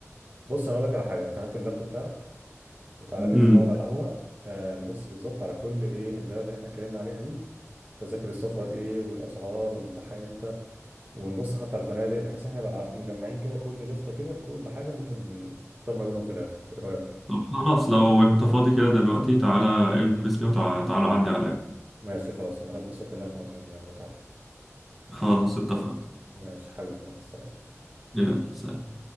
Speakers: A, on the right; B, in the centre.
A: بص انا اقول لك على حاجة انت هات اللابتوب بتاعك وتعالى ننزل
B: امم
A: نقعد على القهوة آه نبص بالظبط على كل ايه البلد اللي احنا اتكلمنا عليها دي تذاكر السفر ايه والاسعار ومتاحة امتى ونبص حتى على الفنادق بحيث احنا بقى مجمعين كده كل لستة كده لكل حاجة ممكن تختار ما بينهم في الاخر ايه رأيك
B: طب خلاص لو انت فاضي كده دلوقتي تعالى البس كده وتعالى تعالى عدي عليا
A: ماشي خلاص انا هلبس واكلمك لما اكون تحت
B: خلاص اتفقنا
A: ماشي حبيبي مع السلامة
B: يلا سلام